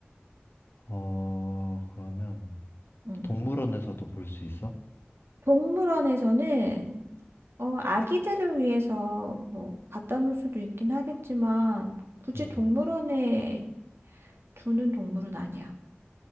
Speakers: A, on the left; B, on the right.
A: 어, 그러면
B: 응.
A: 동물원에서도 볼 수 있어?
B: 동물원에서는 어, 아기들을 위해서 뭐 갖다 놓을 수도 있긴 하겠지만 굳이
A: 응
B: 동물원에 두는 동물은 아니야.